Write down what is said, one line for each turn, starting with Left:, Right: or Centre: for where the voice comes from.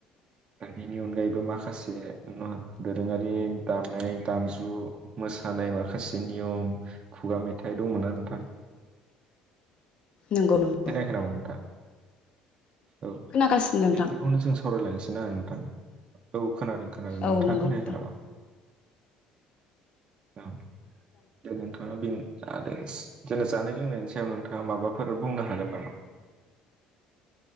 Right: दा बेनि अनगायैबो माखासे ना दोरोङारि दामनाय दामजु मोसानाय माखासे नियम खुगा मेथाइ फाइ दंमोनना नोंथां।
Left: नंगौ नंगौ
Right: खोनायाखै नामा नोंथा? औ
Left: खोनागासिनो नोंथां
Right: बेफोरखौनो जों स सावरायलांसै ना आं नोंथां औ। खोनादों खोनादों नोंथाङा
Left: औ नंगौ
Right: खोनायाखै
Left: नोंथां
Right: नामा? औ। दे नोंथाङा बे आरो जानाय जानाय लोंनायनि सायाव नोंथाङा माबाफोर बुंनो हागोन नामा?